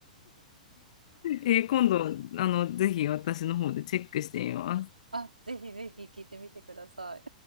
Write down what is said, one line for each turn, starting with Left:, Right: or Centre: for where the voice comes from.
Left: えー今度、あの、ぜひ私の方でチェックしてみます。
Right: あ、ぜひぜひ聞いてみてください。